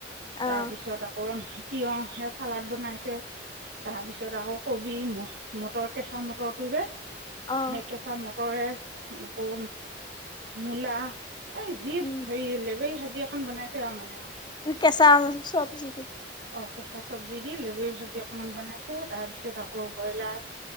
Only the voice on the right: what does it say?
তাৰপিছত আকৌ তিয়হে চালাদ বনাইছে। তাৰপিছত আকৌ কবি মটৰ কেঁচা মটৰটো যে।
সেই কেঁচা মটৰে আকৌ মূলা এই যি
হেৰি লেবেৰি ভাজি এখন বনাইছে আৰু মানে আহ।
অ কেঁচা চব্জি দি লেবেৰি ভাজি অকনমান বনাইছে তাৰপিছত আকৌ ব্ৰইলাৰ।